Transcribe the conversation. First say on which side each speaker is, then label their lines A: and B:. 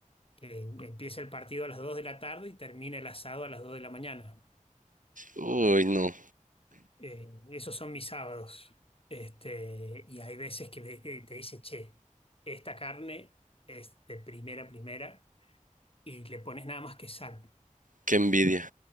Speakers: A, on the left; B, on the right.
A: que empieza el partido a las 2 de la tarde y termina el asado a las 2 de la mañana.
B: Uy, no,
A: Eh, esos son mis sábados. Este, y hay veces que, ve- que te dicen, che, esta carne es de primera, primera, y le pones nada más que sal.
B: qué envidia.